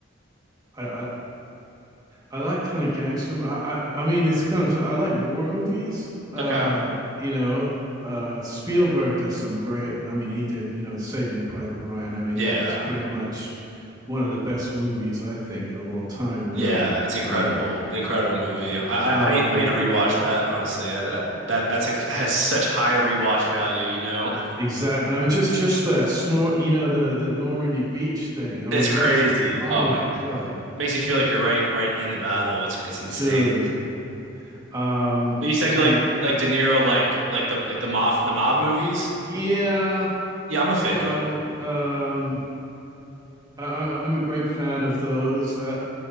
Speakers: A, on the right; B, on the right.
A: I I I like kind of gangster. I, I I mean, it's kind of I like war movies. Uh,
B: Okay.
A: you know, uh, Spielberg does some great. I mean, he did you know Saving Private Ryan. I mean,
B: Yeah.
A: that is pretty much one of the best movies I think of all time. Really,
B: Yeah, it's incredible.
A: you know.
B: Incredible movie. I
A: Um,
B: I, I need I need to rewatch that, honestly. That that, that that's a has such high rewatch value, you know. <laughs>
A: exactly. I mean, just just that snort. You know, the the Normandy beach thing. I
B: It's
A: mean,
B: crazy.
A: that was like, oh
B: Oh my.
A: my god,
B: Makes you feel like you're right right in the battle. It's it's insane.
A: truly. Um,
B: But you said you
A: and
B: like like De Niro like like the like the mob the mob movies?
A: yeah,
B: Yeah, I'm a fan.
A: you know, um I, I'm a great fan of those. I,